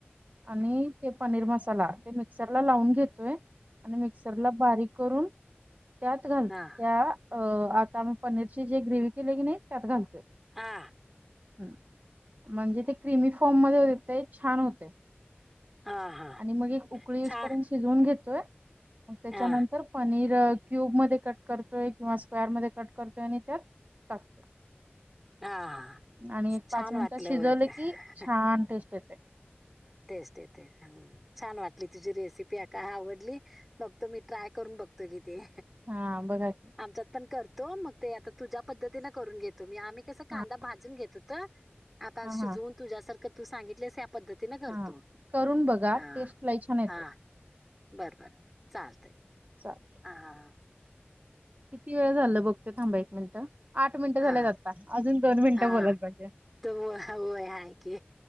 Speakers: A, on the right; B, in the centre.
A: आणि ते पनीर मसाला ते मिक्सरला लावून घेतोय आणि मिक्सरला बारीक करून त्यात घाल त्या
B: हा
A: आता म पनीरची जे ग्रेवी केले की नाही त्यात घालतोय.
B: हां.
A: हम्म. म्हणजे ते क्रिमी फॉर्म मध्ये होते ते छान होते.
B: हा हा
A: आणि मग एक उकळीजपर्यंत
B: छान
A: शिजवून घेतोय मग त्याच्यानंतर
B: हा
A: पनीर क्यूब मध्ये कट करतोय किंवा स्क्वेर मध्ये कट करतोय आणि त्यात टाकतोय.
B: हा.
A: आणि एक पाच
B: छान
A: मिनिटात
B: वाटलं
A: शिजवले
B: बघ
A: की छान टेस्ट येते.
B: टेस्ट येते छान वाटली तुझी रेसिपी आका आवडली बघ तो मी ट्राय करून बघतो. तो किती.
A: हा बघाकी.
B: आमच्यात पण करतो मग ते आता तुझ्या पद्धतीनें करून घेतो मी आम्ही कस कांदा
A: हा
B: भाजून घेतो तर आता
A: हा
B: शिजवून
A: हा
B: तुझ्यासारख तू सांगितलेस या पद्धतीने करतो
A: हा करून बघा
B: हा
A: टेस्ट लाई छान येते.
B: हा बर बर चालत.
A: चालतंय
B: हा हां.
A: किती वेळ झालं बघतो थांबा एक मिनिटं आठ मिनिटं झालेत
B: हा
A: आता अजून दोन मिनिटं
B: हा
A: बोलला पाहिजे.
B: होय होय आहे की,